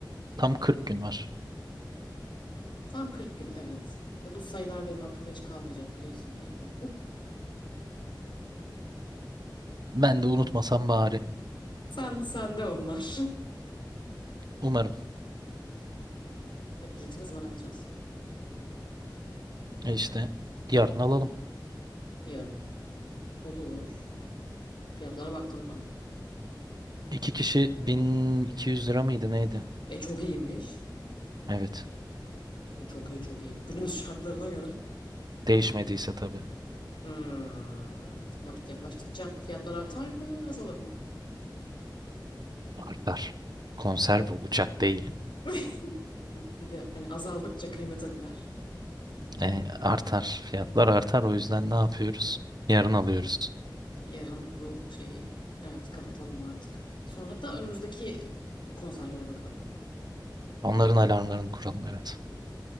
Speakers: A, on the left (about 80°); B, on the right (about 55°).
A: Tamam.
B: Tam 40 gün var.
A: Tam kırk gün evet. E, bu sayılar benim aklımda hiç kalmayacak biliyorsun değil mi?
B: Ben de unutmasam bari.
A: Sen, sen de onlar.
B: Umarım.
A: <laughs> Tamamdır. E, bileti ne zaman alacağız?
B: E işte yarın alalım.
A: Yarın. Olur. Fiyatlara baktın mı?
B: İki kişi 1200 lira mıydı neydi?
A: E çok iyiymiş.
B: Evet.
A: Bu çok iyi çok iyi. Günümüz <laughs> şartlarına göre.
B: Değişmediyse tabii.
A: Hmm, vakit yaklaştıkça fiyatlar artar mı azalır mı?
B: Artar. Konser bu. Uçak değil.
A: <laughs> Bir de hani azaldıkça kıymete biner.
B: E, artar. Fiyatlar artar. O yüzden ne yapıyoruz? Yarın alıyoruz.
A: Yarın bu şeyi evet kapatalım artık. Sonra da önümüzdeki konserlere bakalım.
B: Onların alarmlarını kuralım evet.